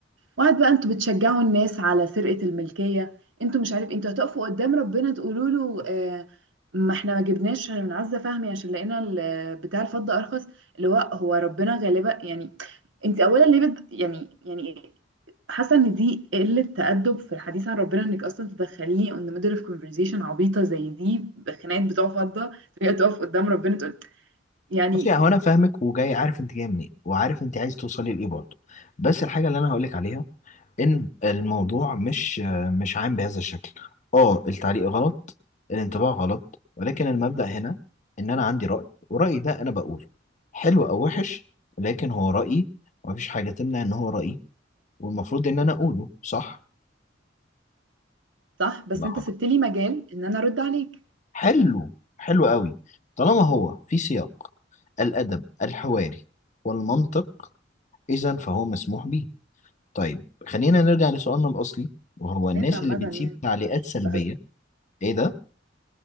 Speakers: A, on the right; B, on the left.
A: وقعد بقى انتوا بتشجعوا الناس على سرقة الملكية انتوا مش عارف انتوا هتقفوا قدام ربنا تقولوا له آه ما احنا ما جبناش من عزة فهمي عشان لقينا ال- بتاع الفضة ارخص اللي هو هو ربنا غالبا يعني انت اولا ليه بد يعني يعني حاسه ان دي قله تأدب في الحديث عن ربنا انك اصلا تدخليه on the middle of conversation عبيطه زي دي بخناقات بتوع فضه تبقى تقف قدام ربنا تقول يعني
B: بصي يعني انا فاهمك وجاي عارف انت جايه منين وعارف انت عايز توصلي لايه برضه بس الحاجه اللي انا هقولك عليها ان الموضوع مش مش عام بهذا الشكل اه التعليق غلط الانطباع غلط ولكن المبدأ هنا ان انا عندي رأي ورأيي ده انا بقوله حلو او وحش لكن هو رأيي ومفيش حاجة تمنع ان هو رأيي والمفروض ان انا اقوله صح
A: صح بس
B: لا
A: انت
B: غلط
A: سبت لي مجال ان انا ارد عليك
B: حلو حلو قوي طالما هو في سياق الأدب الحواري والمنطق اذا فهو مسموح بيه طيب خلينا نرجع لسؤالنا الأصلي وهو
A: الناس
B: الناس
A: عامه
B: ماشي اللي بتسيب
A: يعني
B: تعليقات سلبية
A: بهزر
B: إيه ده؟